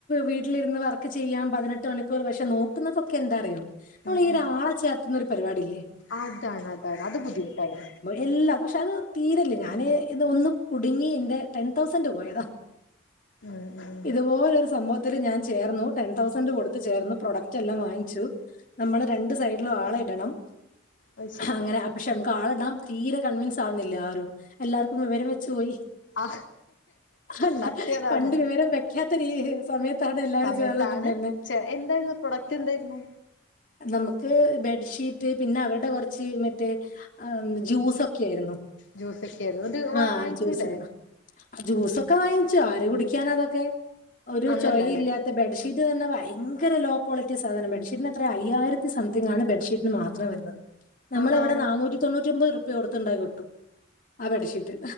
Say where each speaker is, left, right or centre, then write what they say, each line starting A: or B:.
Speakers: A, on the left; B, on the left.
A: വീട്ടിലിരുന്ന് വർക്ക് ചെയ്യാം പതിനെട്ട് മണിക്കൂർ പക്ഷെ നോക്കുന്നതൊക്കെ എന്താറിയോ നമ്മള്
B: ഉം
A: ഈ
B: ഉം
A: ഒര് ആള ചേർത്തുന്നൊരു പരിവാടില്ലേ
B: അതാണ് അതാണ് അത് ബുദ്ധിമുട്ടാണ്
A: ഇല്ലാ അത് പക്ഷെ അത് തീരല്ലേ ഞാന് ഇന്ന് ഒന്ന് കുടിങ്ങി ഇന്റെ ടെൻ തൗസൻ് പോയതാ
B: ഉം ഉം
A: ഇതുപോലൊരു സംഭവത്തില് ഞാൻ ചേർന്നു ടെൻ തൗസൻഡ് കൊടുത്ത് ചേർന്നു പ്രൊഡക്റ്റ് എല്ലാം വാങ്ങിച്ചു നമ്മള് രണ്ട് സൈഡിലും ആളെ ഇടണം
B: അയ് ശരി
A: അങ്ങനെ അ പക്ഷെ നമുക്ക് ആളെ ഇടാം തീരെ കൺവൻസ് ആവുന്നില്ല ആരും എല്ലാവർക്കും വിവരം വെച് പോയി
B: ആ
A: അല്ല
B: സത്യം അതാണ്
A: പണ്ട് വിവരം വെക്കാത്തര് സമയത്താണ് എല്ലാരും
B: സമയത്താണ്
A: ചേർന്നിട്ടുണ്ടായ്രുന്നെ
B: ചെ എന്തായിരുന്നു പ്രൊഡക്റ്റ് എന്തായിര്ന്നു
A: നമുക്ക് ബെഡ്ഷീറ്റ് പിന്നെ അവരുടെ കൊർച്ച് മറ്റേ ഏ ജ്യൂസൊക്കെ ആയിരുന്നു
B: ജ്യൂസൊക്കെ ആയിരുന്നു ഇത് വാ
A: ആ
B: വാങ്ങിച്ചൂല്ലേ
A: ജ്യൂസ് ജ്യൂസൊക്കെ വാങ്ങിച്ചു ആര് കുടിക്കാനാ അതൊക്കെ ഒരു
B: അന്നല്ല
A: ചോയി
B: അല്ലേ
A: ഇല്ല ത്ത ബെഡ്ഷീറ്റ് ന്ന് പർഞാ ഭയങ്കര ലോ ക്വാളിറ്റി സാധനം ബെഡ്ഷീറ്റിന് അത്ര അയ്യായിരത്തി സംതിങ്ങാണ് ബെ്ഷീറ്റ്ന് മാത്രം വരുന്നത് നമ്മളെ
B: ആഹ് ആഹ്
A: ഇവടെ നന്നൂറ്റി തൊണ്ണൂറ്റി ഒമ്പത് റുപ്പ്യ കൊടുത്ത്ണ്ടായ കിട്ടും ആ ബെഡ്ഷീറ്റ്